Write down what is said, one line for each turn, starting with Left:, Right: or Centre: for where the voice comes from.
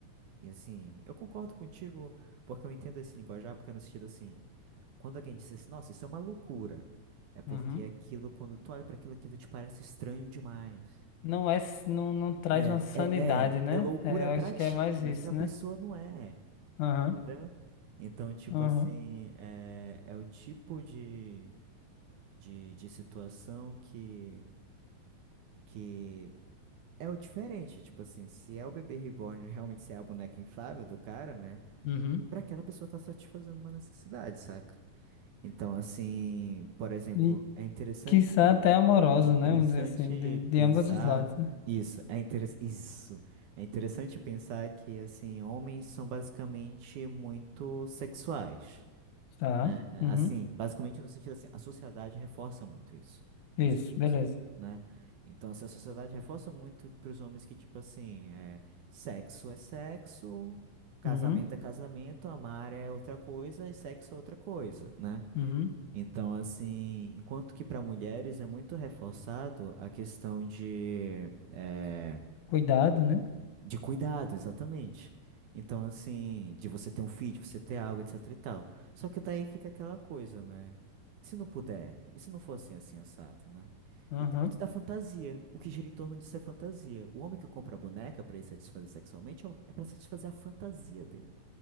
Right: E assim, eu concordo contigo, porque eu entendo esse linguajar, porque é no sentido assim, quando alguém diz assim, nossa, isso é uma loucura, é porque
Left: Uhum.
Right: é aquilo, quando tu olha para aquilo, aquilo te parece estranho demais.
Left: Não é, s- não, não traz
Right: É,
Left: uma sanidade,
Right: é, é,
Left: né?
Right: é loucura
Left: É, eu
Right: pra
Left: acho
Right: ti,
Left: que é mais
Right: mas
Left: isso,
Right: pra pessoa
Left: né?
Right: não é,
Left: Aham,
Right: entendeu? Então, tipo
Left: aham,
Right: assim, é, é o tipo de, de, de situação que, que é o diferente, tipo assim, se é o bebê reborn realmente ser a boneca inflável do cara, né?
Left: uhum.
Right: para aquela pessoa estar satisfazendo uma necessidade, saca? Então, assim, por exemplo,
Left: E
Right: é interessante,
Left: quiçá até amoroso,
Right: é interessante
Left: né? Vamos dizer assim, de, de
Right: pensar
Left: ambos os lados, né?
Right: isso, é interes- isso. É interessante pensar que assim, homens são basicamente muito sexuais
Left: Tá,
Right: né? É, Assim,
Left: uhum.
Right: basicamente no sentido assim, a sociedade reforça muito isso
Left: Isso,
Right: nos homens,
Left: beleza.
Right: né? Então, assim, a sociedade reforça muito para os homens que, tipo assim, é, sexo é sexo, casamento
Left: Uhum,
Right: é casamento, amar é outra coisa e sexo é outra coisa, né?
Left: uhum.
Right: Então, assim, enquanto que para mulheres é muito reforçado a questão de é,
Left: Cuidado, né?
Right: de cuidado, exatamente. Então, assim, de você ter um feed, você ter algo, etc e tal. Só que daí fica aquela coisa, né? Se não puder, e se não for assim, assim, assado, né?
Left: Aham,
Right: E tem muito da fantasia. O que gira em torno disso é fantasia. O homem que compra a boneca pra ele satisfazer sexualmente é o- é pra satisfazer a fantasia dele,